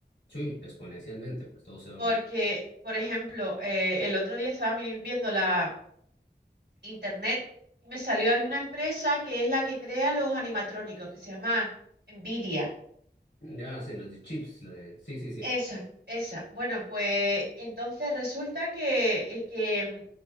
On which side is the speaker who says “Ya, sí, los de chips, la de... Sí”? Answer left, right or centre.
Left